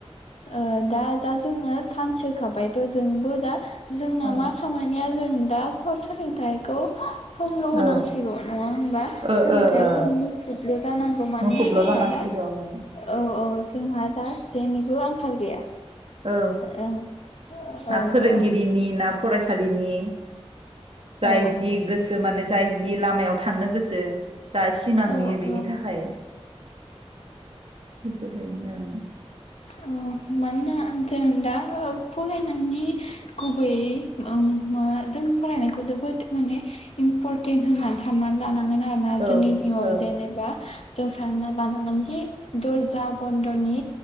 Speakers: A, on the left (about 75°); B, on the right (about 60°).
A: ओ दा दा जोङो सान्स होखाबायथ' जोंबो दा जोंना
B: औ
A: मा खामानिया जों दा फार्स सोलोंथायखौ समल' होनांसिगौ
B: ओ
A: नङा होमबा
B: ओ
A: सोलोंथायाव
B: ओ
A: जों मुखुबल' जानांगौ मानोना
B: मुखुबल'
A: जोंहा
B: जानांसिगौ
A: दा औ
B: ओं
A: औ जोंहा दा जेनिबो आंखाल गैया
B: औ
A: ओं
B: ना
A: औ
B: फोरोंगिरिनि
A: औ
B: ना फरायसालिनि जाय
A: औ
B: जि गोसो माने जाय जि लामायाव थांनो गोसो दा सिमां
A: औ
B: नुयो बेनि
A: औ
B: थाखाय बेबायदिनो ओं
A: ओ मानोना जों दा फरायनायनि गुबै मा जों फरायनायखौ जोबोद माने इम्परटेन्ट होननानै साननानै लानांगोन आरोना
B: ओं
A: जोंनि जिउआव
B: औ
A: जेनेबा जों सानना लानांगोनखि दर्जा बन्द'नि